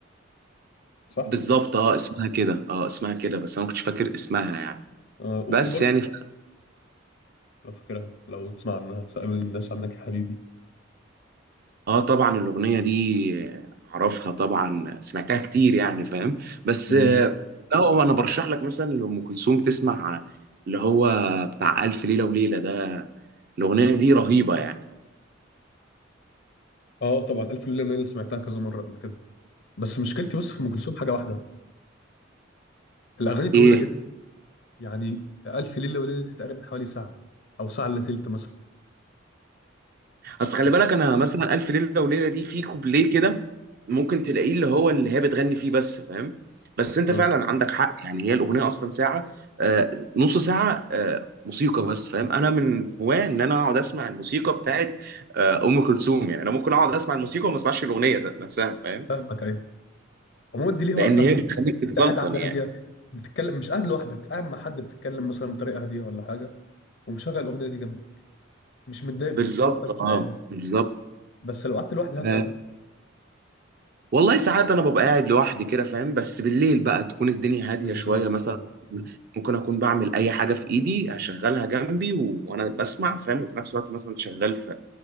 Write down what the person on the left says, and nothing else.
صح
آه وفي
برضه
لو فاكرها لو تسمع عنها سالوني الناس عنك يا حبيبي
مم.
اه طبعا الف ليله وليله سمعتها كذا مره قبل كده بس مشكلتي بس في ام كلثوم حاجه واحده الاغاني طويله
جدا يعني الف ليله وليله دي تقريبا حوالي ساعه او ساعه الا تلت مثلا
ف-
آه،
فاهمك ايوه عموما دي ليها
وقتها
انت قاعد قاعده
هاديه بتتكلم مش قاعد لوحدك قاعد مع حد بتتكلم مثلا بطريقه هاديه ولا حاجه ومشغل الاغنيه دي جنبي مش متضايق
من صوتها صوتها مش
عالي
بس لو قعدت لوحدي هزهق
منها
بالظبط
اه